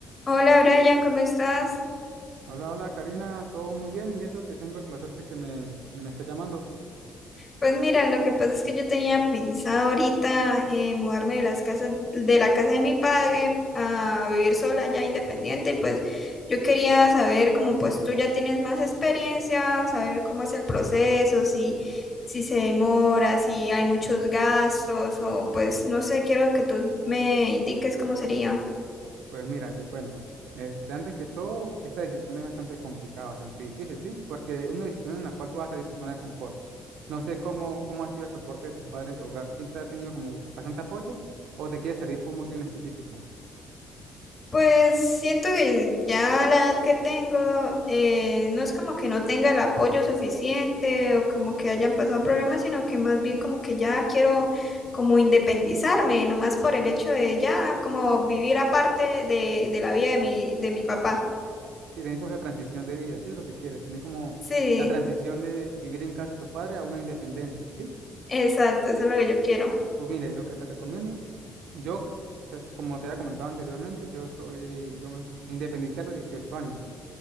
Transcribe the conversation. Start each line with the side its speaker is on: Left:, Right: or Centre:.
Left: Hola Brian, ¿cómo estás?
Right: Hola, hola Karina, todo muy bien y eso que tengo el placer de que me, de me estés llamando.
Left: Pues mira, lo que pasa es que yo tenía pensado ahorita eh, mudarme de las casas, de la casa de mi padre a vivir sola ya independiente y pues yo quería saber como pues tú ya tienes más experiencia, saber cómo es el proceso, si, si se demora, si hay muchos gastos o pues no sé, quiero que tú me indiques cómo sería.
Right: Pues mira, te cuento. Este, antes que todo, esta decisión es bastante complicada, bastante difícil, ¿sí? Porque es una decisión en la cual tú vas a salir de tu zona de confort. No sé cómo, cómo ha sido el soporte de tus padres en tu hogar. ¿Siempre ha tenido como bastante apoyo o te quieres salir por un motivo en específico?
Left: Pues siento que ya a la edad que tengo, eh, no es como que no tenga el apoyo suficiente o como que hayan pasado problemas, sino que más bien como que ya quiero como independizarme, nomás por el hecho de ya como vivir aparte de, de la vida de mi, de mi papá.
Right: Sí, tener como esa transición de vida, ¿sí? Es lo que quieres, tener como
Left: Sí,
Right: la transición de vivir en casa de tus padres a una independencia, ¿sí?
Left: exacto, eso es lo que yo quiero.
Right: Pues mire, lo que te recomiendo. Yo, pues, como te había comentado anteriormente, yo soy, yo me independicé a los 18 años.